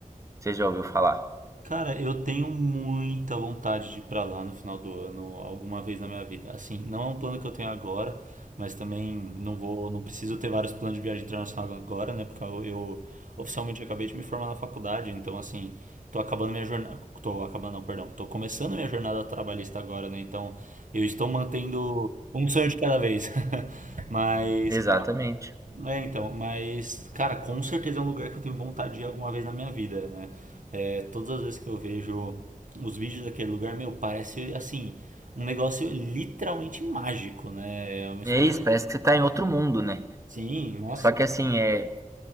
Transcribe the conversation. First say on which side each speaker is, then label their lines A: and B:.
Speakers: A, on the right (about 20°); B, on the right (about 70°).
A: Você já ouviu falar?
B: Cara, eu tenho muita vontade de ir pra lá no final do ano, alguma vez na minha vida. Assim, não é um plano que eu tenho agora, mas também não vou, não preciso ter vários planos de viagem internacional agora, né? Porque eu, eu oficialmente acabei de me formar na faculdade, então assim, tô acabando minha jornada, tô acabando, não, perdão, tô começando minha jornada trabalhista agora, né? Então, eu estou mantendo um sonho de cada vez. <laughs> Mas,
A: Exatamente.
B: é, então, mas, cara, com certeza é um lugar que eu tenho vontade de ir alguma vez na minha vida, né? É, todas as vezes que eu vejo os vídeos daquele lugar, meu, parece, assim, um negócio literalmente mágico, né? É uma exp-
A: É isso, parece que você tá em outro mundo, né?
B: Sim, nossa,
A: Só que assim,
B: que
A: é,